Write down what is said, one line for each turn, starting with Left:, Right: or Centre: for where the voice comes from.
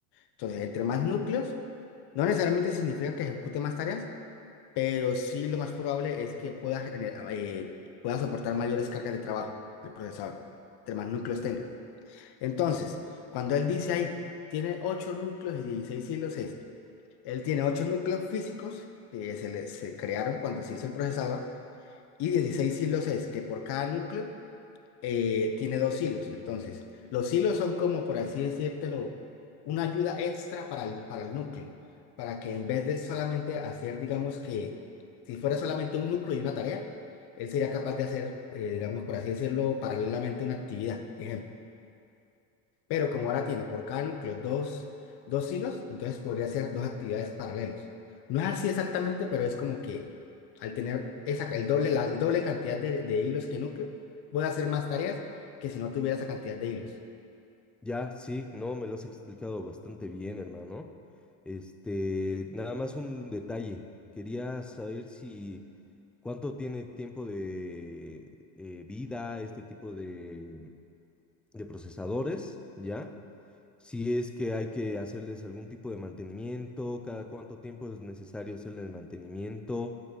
Left: Entonces, entre más núcleos, no necesariamente significa que ejecute más tareas, pero sí lo más probable es que pueda, gener- eh, pueda soportar mayores cargas de trabajo del procesador, entre más núcleos tenga. Entonces, cuando él dice ahí, tiene 8 núcleos y 16 hilos, es, él tiene 8 núcleos físicos que se, le- se crearon cuando se hizo el procesador y 16 hilos es que por cada núcleo eh, tiene dos hilos. Entonces, los hilos son como, por así decírtelo, una ayuda extra para el, para el núcleo, para que en vez de solamente hacer, digamos que, si fuera solamente un núcleo y una tarea, él sería capaz de hacer, eh, digamos, por así decirlo, paralelamente una actividad. Ejemplo. Pero como ahora tiene por cada núcleo dos, dos hilos, entonces podría ser dos actividades paralelos. No es así exactamente, pero es como que al tener esa, el doble, la el doble cantidad de, de hilos que núcleo, voy a hacer más tareas que si no tuviera esa cantidad de hilos.
Centre: Ya, sí, no, me lo has explicado bastante bien, hermano. Este, nada más un detalle. Quería saber si cuánto tiene tiempo de eh, vida este tipo de, de procesadores, ¿ya? Si es que hay que hacerles algún tipo de mantenimiento, cada cuánto tiempo es necesario hacerle el mantenimiento